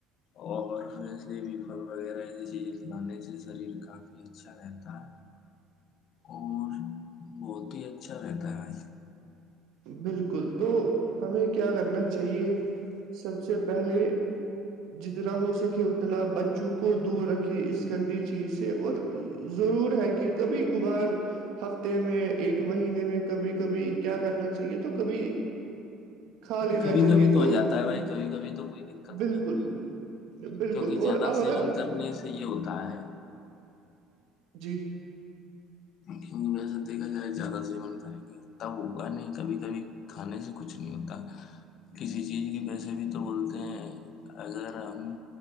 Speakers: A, on the left; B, on the right.
A: اور سے بھی پل وغیرہ ایسی چیزیں کھلانے سے شریر کافی اچھا ہے اور بہت ہی اچھا رہتا ہے
B: بالکل تو ہمیں کیا کرنا چاہیے سب سے پہلے جتنا ہو سکے اتنا بچوں کو دور رکھے اس گندی چیز سے اور ضرور ہے کہ کبھی کبھار ہفتے میں ایک مہینے میں کبھی کبھی کیا کرنا چاہے تو کبھی کھا لینا
A: کبھی
B: چاہیے
A: کبھی
B: تو
A: ہو جاتا ہے بھائی کبھی کبھی تو کوئی دقت
B: بالکل
A: نہیں ہے
B: بالکل
A: کیونکہ
B: اور
A: زیادہ
B: اب
A: سیون
B: اگر
A: کرنے سے یہ ہوتا ہے
B: جی
A: کیونکہ ویسا دیکا جائے جیادہ سیون کریں گے تب ہوگا نہیں کبھی کبھی کھانے سے کچھ نہیں ہوتا کسی چیز کی پیسے بھی تو بولتے ہیں اگر ہم